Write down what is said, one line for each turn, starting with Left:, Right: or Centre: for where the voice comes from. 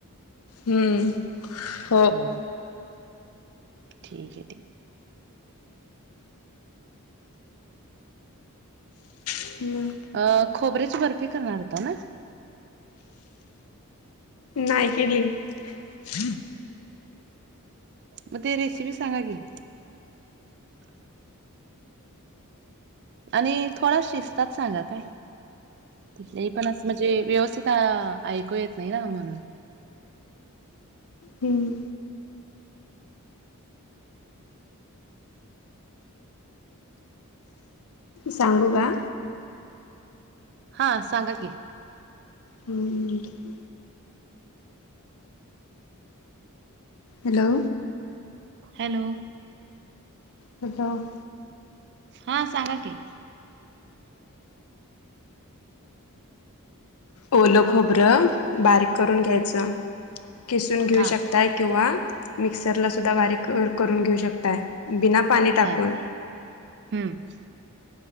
Left: हम्मं
Right: हम <unintelligible> ठींक आहे ठीक
Left: हम्म,
Right: अ खोबरेची बर्फी करणारं होतां नां
Left: नाहीं केली <unintelligible> हम्मं
Right: मंग ते रेसिपी सांगा की आणि थोडां शिस्तांत सांगा कायं नाहीं पणं असं म्हणजे व्यवस्थितं ऐकू येतं नाहीं नां आम्हांला
Left: हम्मं सांगू कां
Right: हां सांगा की
Left: हम्मं हम्मं हम्मं हॅलो
Right: हॅलो.
Left: कुठं?
Right: हा सांगा की
Left: ओलं खोबरं बारीक करून घ्यायचं. किसून घेऊ
Right: हा
Left: शक ता किंवा मिक्सरला ला सुद्धा बारीक करून घेऊ शकताय. बिना पाणी टाकून
Right: हा हम्म